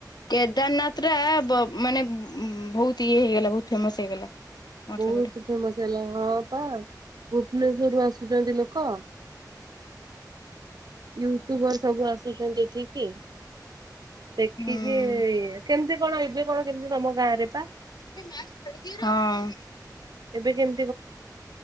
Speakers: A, on the left; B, on the right.
A: କେଦାରନାଥ ଟା ବ- ମାନେ ଉଁ, ବହୁତ ଇଏ ହେଇଗଲା। ବହୁତ ଫେମସ୍ ହେଇଗଲା। ନର୍ଥ
B: ବହୁତୁ
A: ସେପଟେ
B: ଫେମସ୍ ହେଲା। ହଁ ପା ଭୁବନେଶ୍ୱରରୁୁ ଆସ ଛନ୍ତି ଲୋକ। ୟୁଟ୍ୟୁବରୂ ସବୁ ଆସୁଛନ୍ତି ଏଠକିି। ଦେଖିକି
A: ହୁଁ
B: ଇଏ କେମିତି କଣ ଏବେ କଣ କେମିତି ତୋମ ଗାଁ ରେ ପା?
A: ହଁ।
B: ଏବେ କେମ